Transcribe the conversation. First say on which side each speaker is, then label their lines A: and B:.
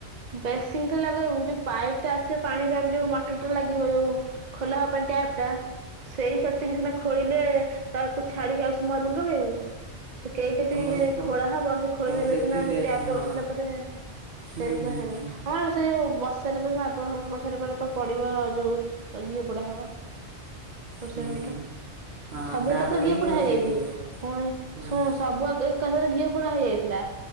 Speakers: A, on the right; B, on the right.
A: ବେଶିନ ଟା ଲଗେଇବୁ ଯୋଉ ପାଇପ୍ ଟା ଆସିବ ପାଣି ପାଇପ ଯୋଉ ମଟର ଟା ଲାଗିବ ଯୋଉ ଖୋଲା ହବା ପାଇଁ ଟ୍ୟା ଟ୍ୟାପ ଟା ସେଇ ସେତିକି ସିନା ଖୋଳିଲେ ତାକୁ ଛାଡିକି ଆଉ ସବୁ ମାର୍ବଲ ଲଗେଇବୁ। ସେଇ କେତିକି
B: ତମର
A: ଯେ
B: ଖୋ
A: ଖୋଳା ହବ ସେ ଖୋଳି
B: ଓ
A: ଦେଲେ
B: ସେତିକି
A: ସିନା ସେ
B: ଆସେ
A: ଟ୍ୟାପ
B: ହଁ
A: ଟା ବସିଲା ପରେ ହୁଁ
B: ହୁଁ
A: ସେ ସେଥିପାଇଁ
B: ହୁଁ
A: ହେଇନି
B: ହୁଁ
A: ଆମର ରୋଷେଇ ହଉ ବସ ବସ ଶାଇଲା ପରେ ମାର୍ବଲ ସବୁ ପଡ଼ି ସାରିଲା ପରେ ପା ପଡିବ ଯଉ ଅ ଘିଅ ପୋଡା ହବ।
B: ହୁଁ।
A: ରୋଷେଇ ଘରଟା
B: ହଁ
A: ସବୁ
B: ତାପରେ
A: ଏକାଥରେ ଘିଅ
B: ଯାଇକି
A: ପୋଡା
B: ରୋଷେଇ
A: ହେଇଯାଇଛି
B: କରିବ।
A: ଫୁଣି
B: ହଁ
A: ଶୁଣ ସବୁ ଏକ ଏକାଥରେ ଘିଅ ପୋଡା ହେଇଯାଇଥିଲା